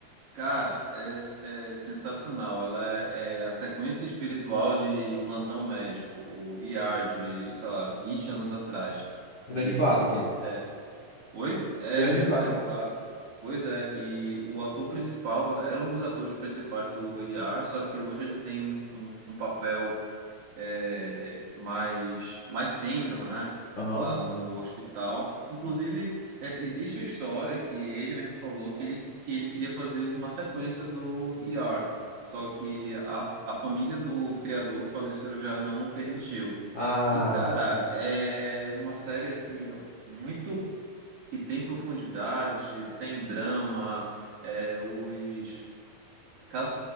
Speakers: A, on the right (about 60°); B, on the left (about 70°).
A: cara, é, é sensacional. Ela é, é a sequência espiritual de Plantão Médico, o ER de, sei lá, 20 anos atrás.
B: Grande
A: E
B: clássico.
A: Oi? É,
B: Grande
A: pois
B: clássico.
A: é, um claro. Pois é, e o ator principal era um dos atores principais do ER, só que hoje ele tem um, um, um papel é, mais, mais sênior, né?
B: Aham.
A: Lá no hospital. Inclusive, é, existe a história que ele mesmo falou que ele, que ele queria fazer uma sequência do ER, só que a, a família do criador que faleceu já não permitiu.
B: Ah,
A: E, cara, é uma série assim muito que tem profundidade, tem drama, é, os cada,